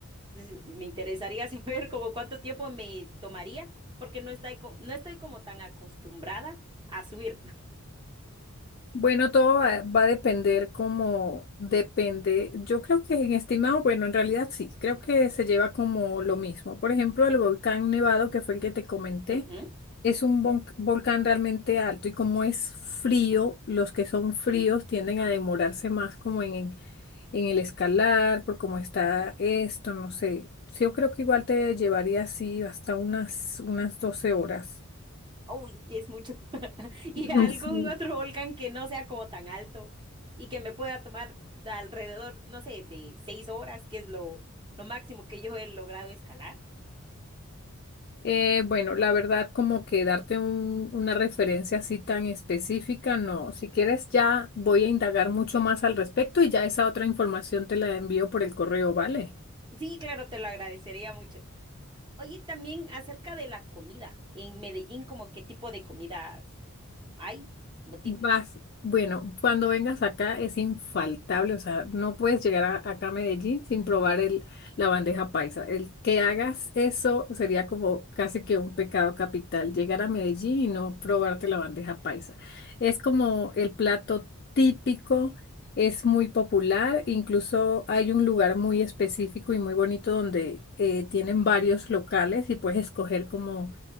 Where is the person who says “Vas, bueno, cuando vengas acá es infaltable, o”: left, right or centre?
Left